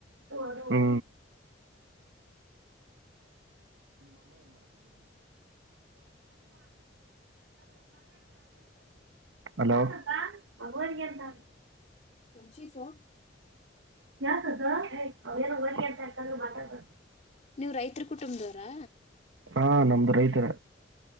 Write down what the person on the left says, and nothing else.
ಉಂಚಿ ಸೋಟ
ನೀವು ರೈತರ ಕುಟುಂಬದವರಾ